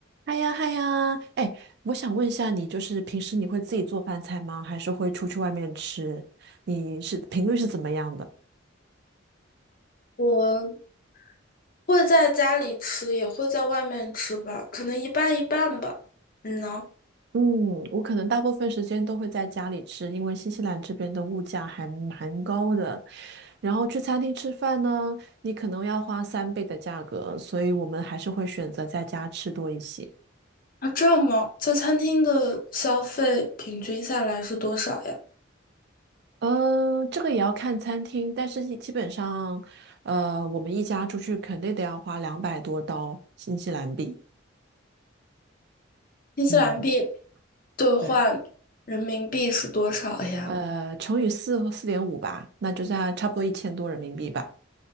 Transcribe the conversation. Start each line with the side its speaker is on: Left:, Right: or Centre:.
Right: 嗨呀嗨呀，哎，我想问一下你，就是平时你会自己做饭菜吗？还是会出去外面吃？你是频率是怎么样的？
Left: 我会在家里吃，也会在外面吃吧，可能一半一半吧。你呢？
Right: 嗯，我可能大部分时间都会在家里吃，因为新西兰这边的物价还蛮高的。然后去餐厅吃饭呢，你可能要花三倍的价格，所以我们还是会选择在家吃多一些。
Left: 啊，这样吗？在餐厅的消费平均下来是多少呀？
Right: 嗯，这个也要看餐厅，但是一基本上，呃，我们一家出去肯定得要花两百多刀新西兰币。
Left: 新西兰币
Right: 嗯。
Left: 兑换人民币是多少呀？
Right: 对，呃，乘以四四点五吧，那就在差不多一千多人民币吧。